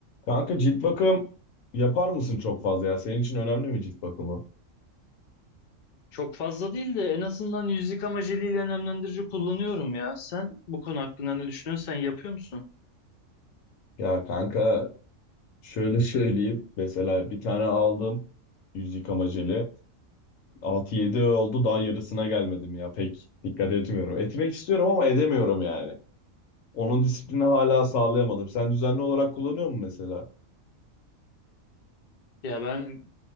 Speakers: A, on the left; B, on the left.
A: Kanka cilt bakım yapar mısın çok fazla ya? Senin için önemli mi cilt bakımı?
B: Çok fazla değil de en azından yüz yıkama jeliyle nemlendirici kullanıyorum ya. Sen bu konu hakkında ne düşünüyorsun? Sen yapıyor musun?
A: Ya kanka şöyle söyleyeyim. Mesela bir tane aldım yüz yıkama jeli. 6-7 oldu daha yarısına gelmedim ya. Pek dikkat etmiyorum. Etmek istiyorum ama edemiyorum yani. Onun disiplini hala sağlayamadım. Sen düzenli olarak kullanıyor musun mesela?
B: Ya ben